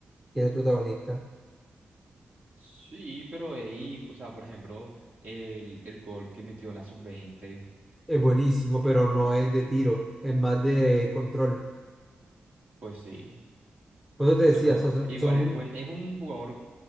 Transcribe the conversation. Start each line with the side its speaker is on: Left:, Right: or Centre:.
Centre: que es el protagonista.
Right: Sí, pero ahí, o sea, por ejemplo, el, el gol que metió en la sub veinte
Centre: Es buenísimo, pero no es de tiro, es más de control.
Right: pues sí.
Centre: Por eso te decía,
Right: Pero
Centre: o sea, son,
Right: igual
Centre: son-
Right: es buen, es un jugador